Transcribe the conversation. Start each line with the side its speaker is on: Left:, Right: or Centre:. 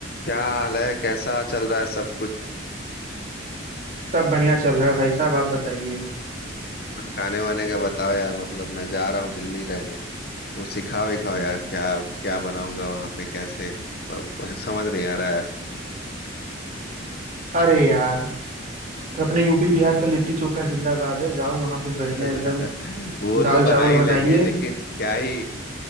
Left: क्या हाल है कैसा चल रहा है सब कुछ
Right: सब बढ़िया चल रहा है भाई साहब आप बताइए
Left: कुछ खाने वाने का बताओ यार मतलब मैं जा रहा हूँ दिल्ली रहने तो सिखाओ ही खाओ यार क्या क्या बनाऊंगा वहां पे कैसे अब समझ नहीं आ रहा है
Right: अरे यार अपने यूपी बिहार का लिट्टी चोखा जिंदाबाद है जाओ वहां पे बढ़िया एकदम
Left: <laughs> वो
Right: दाल
Left: तो बना
Right: चावल
Left: ही लेंगे
Right: बनाइए
Left: लेकिन क्या ही